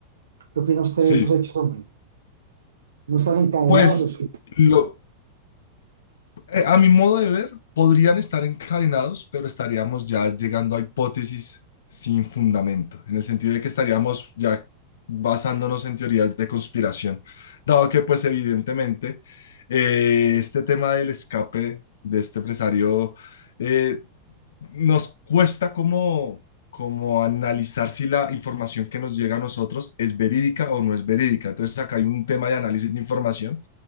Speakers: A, on the right; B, on the left.
A: ¿Qué opina usted
B: Sí,
A: de esos hechos, hombre? ¿No están encadenados?
B: pues
A: Es,
B: lo, eh, a mi modo de ver, podrían estar encadenados, pero estaríamos ya llegando a hipótesis sin fundamento, en el sentido de que estaríamos ya basándonos en teorías de conspiración, dado que pues evidentemente eh, este tema del escape de este empresario eh, nos cuesta como, como analizar si la información que nos llega a nosotros es verídica o no es verídica. Entonces acá hay un tema de análisis de información